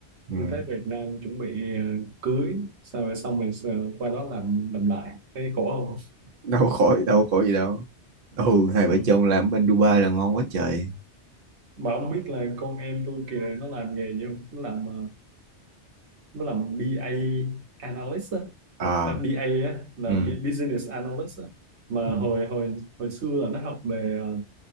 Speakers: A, on the right; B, on the right.
A: ừ.
B: xin phép Việt Nam chuẩn bị ờ, cưới sau rồi xong rồi sờ- qua đó làm làm lại thấy khổ không
A: đâu khỏi đâu khỏi gì đâu ừ hai vợ
B: ừ.
A: chồng làm bên Dubai là ngon quá trời
B: mà ông biết là con em tôi kìa nó làm nghề gì không nó làm ờ, nó là BA analyst á.
A: à
B: à, BA á, là
A: ừ,
B: business analyst á. mà
A: ừ,
B: hồi hồi hồi xưa là nó học về ờ,